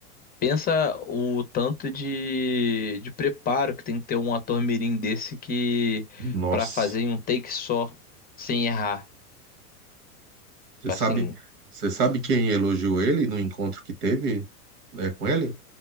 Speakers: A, on the left (about 20°); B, on the right (about 80°).
A: Pensa o tanto de, de preparo que tem que ter um ator mirim desse que.
B: Nossa.
A: Pra fazer em um take só, sem errar.
B: Você
A: Assim.
B: sabe, você sabe quem elogiou ele no encontro que teve, né, com ele?